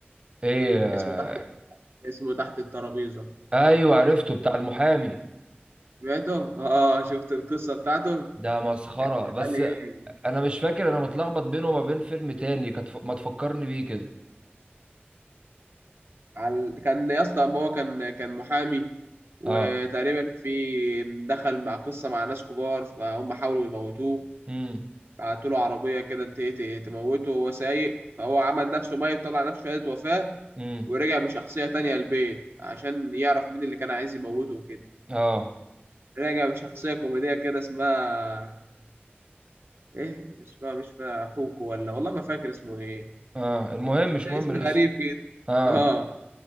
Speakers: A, on the right (about 25°); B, on the right (about 65°).
A: ايه آه،
B: اسمه تحت اسمه تحت الترابيزة
A: ايوه عرفته بتاع المحامي
B: سمعته؟ اه شفت القصة بتاعته؟
A: ده مسخره
B: كان شغال
A: بس
B: ايه؟
A: انا مش فاكر انا متلخبط بينه وما بين فيلم تاني كانت ف- ما تفكرني بيه كده
B: على... كان يا اسطى ما هو كان كان محامي وتقريبا
A: اه
B: في دخل مع قصة مع ناس كبار فهم حاولوا يموتوه
A: امم
B: بعتوا له عربية كده ت- ت- تموته وهو سايق فهو عمل نفسه ميت طلع نفسه شهادة وفاة
A: امم
B: ورجع بشخصية تانية البيت عشان يعرف مين اللي كان عايز يموته وكده
A: اه
B: رجع بشخصية كوميدية كده اسمها ايه مش فا مش فا حوكو ولا والله ما فاكر اسمه ايه
A: اه المهم
B: اسم
A: مش مهم
B: اسم
A: الاسم
B: غريب كده
A: اه
B: اه